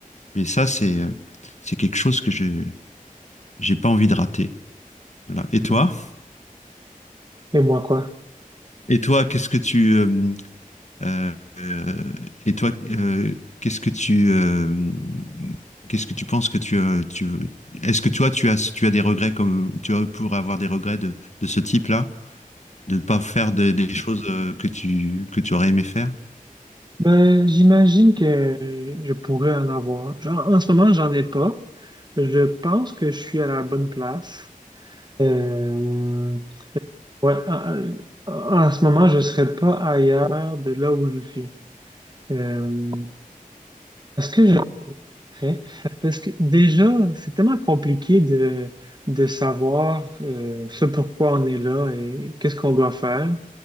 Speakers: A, on the left; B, on the right.
A: mais ça c'est, euh, c'est quelque chose que je, j'ai pas envie de rater. Voilà. Et toi?
B: hmm. Et moi, quoi?
A: Et toi, qu'est-ce que tu euh, euh, euh, et toi euh, qu'est-ce que tu euh, qu'est-ce que tu penses que tu as tu est-ce que toi tu as tu as des regrets comme tu as pour avoir des regrets de, de ce type-là, de ne pas faire des des choses euh, que tu que tu aurais aimé faire?
B: Ben, j'imagine que je pourrais en avoir. Genre, en ce moment, j'en ai pas. Je pense que je suis à la bonne place. Euh, ouais, en, en- en ce moment, je serais pas ailleurs de là où je suis. Euh, est-ce que je pourrais? Parce que déjà, c'est tellement compliqué de, de savoir euh, ce pourquoi on est là et qu'est-ce qu'on doit faire.